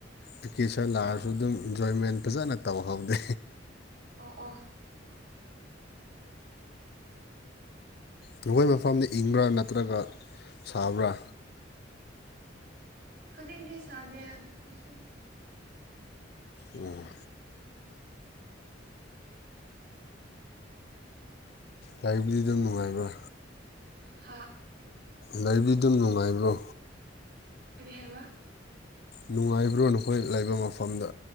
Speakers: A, on the left; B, on the right.
A: ꯚꯤꯀꯦꯁꯟ ꯂꯥꯛꯑꯁꯨ
B: ꯑꯣ
A: ꯑꯗꯨꯝ ꯏꯟꯖꯣꯏꯃꯦꯟ ꯐꯖꯅ ꯇꯧꯍꯧꯗꯦ
B: ꯑꯣ ꯑꯣ <inaudible>
A: ꯅꯈꯣꯏ ꯃꯐꯝꯗ ꯏꯪꯕ꯭ꯔꯥ ꯅꯠꯇ꯭ꯔꯒ ꯁꯥꯕ꯭ꯔꯥ
B: ꯍꯧꯖꯤꯛꯗꯤ ꯁꯥꯗꯦ ꯗꯨꯁꯨ
A: ꯑꯣ ꯂꯩꯕꯗꯤ ꯑꯗꯨꯝ ꯅꯨꯡꯉꯥꯏꯕ꯭ꯔꯥ
B: ꯍꯥ
A: ꯂꯩꯕꯗꯤꯗꯨꯝ ꯅꯨꯡꯉꯥꯏꯕ꯭ꯔꯣ
B: ꯀꯔꯤ ꯍꯥꯏꯕ
A: ꯅꯨꯡꯉꯥꯏꯕ꯭ꯔꯣ ꯅꯈꯣꯏ ꯂꯩꯕ ꯃꯐꯝꯗꯣ